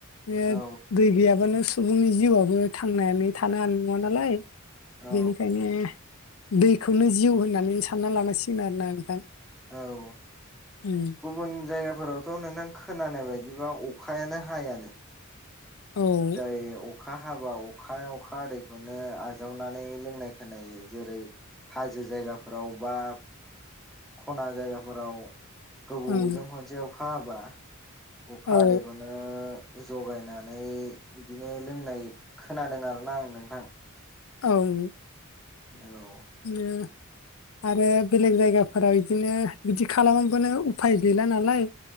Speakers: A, on the left; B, in the centre.
A: बे
B: औ
A: दै गैयाबानो सुबुंनि जिउआबो थांनानै थानो हानाय नङा नालाय
B: औ
A: बेनिखायनो दैखौनो जिउ होननानै सानना लानांसिगोन आरोना नोंथां
B: औ
A: उम
B: गुबुन जायगाफोरावथ' नोंथां खोनानाय बायदिबा अखायानो हायानो
A: औ
B: अखा हाबा अखा अखा आदैखौनो आजावनानै लोंनाय खोनायो जेरै हाजो जायगाफोराव बा खना जायगाफोराव गोबावजों
A: ओं
B: खनसे अखा हाबा अखा
A: औ
B: हादैखौनो ओ जगायनानै इदिनो लोंनाय खोनादों आरोना आं नोंथां
A: औ
B: औ
A: नो आरो बेलेग जायगाफोराव बिदिनो बिदि खालामबानो उफाय गैला नालाय